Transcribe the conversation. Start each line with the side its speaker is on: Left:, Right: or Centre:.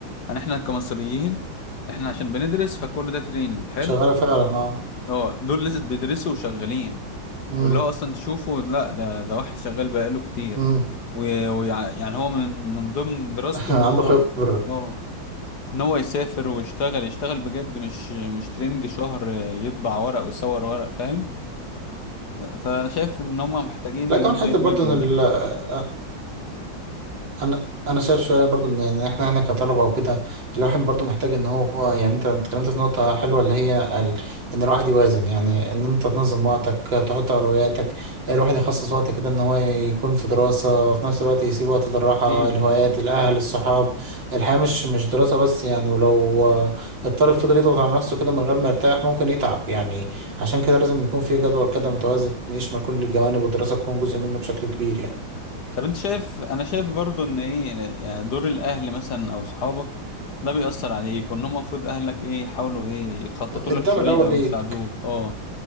Left: انا احنا كمصريين احنا عشان بندرس فكل ده تريننج حلو
Right: شغالة فعلا أه
Left: اه دول لسه بيدرسوا وشغالين
Right: مم.
Left: واللي هو اصلا تشوفه لا ده ده واحد شغال بقاله كتير
Right: مم.
Left: و- ويع- يعني هو من من ضمن دراسته
Right: <laughs> عنده
Left: ان هو
Right: خبرة
Left: اه ان هو يسافر ويشتغل يشتغل بجد مش مش تريننج شهر يطبع ورق ويصور ورق فاهم فانا شايف ان هم محتاجين
Right: لا
Left: ان
Right: كمان
Left: هم
Right: حتى
Left: يدمجوا
Right: برضه ان ال-
Left: ده
Right: انا انا شايف شويه برضه ان إن احنا هنا كطلبه وكده الواحد برضه محتاج ان هو يعني انت اتكلمت في نقطه حلوه اللي هي ال... ان الواحد يوازن يعني ان انت تنظم وقتك تحط اولوياتك الواحد يخصص وقت كده ان هو يكون في دراسه في نفس الوقت يسيب وقت للراحه
Left: اكيد
Right: الهوايات
Left: اه
Right: الاهل الصحاب الحياه مش مش دراسه بس يعني ولو الطالب فضل يضغط على نفسه كده من غير ما يرتاح ممكن يتعب يعني عشان كده لازم يكون في جدول كده متوازن يشمل كل الجوانب والدراسه تكون جزء منه بشكل كبير يعني
Left: طب انت شايف انا شايف برضو ان ايه يعني دور الاهل مثلا او صحابك ده بيأثر عليك وان هم المفروض اهلك ايه يحاولوا ايه يخططوا
Right: الدم
Left: لك شوية
Right: الأول
Left: او
Right: ليه؟
Left: يساعدوك اه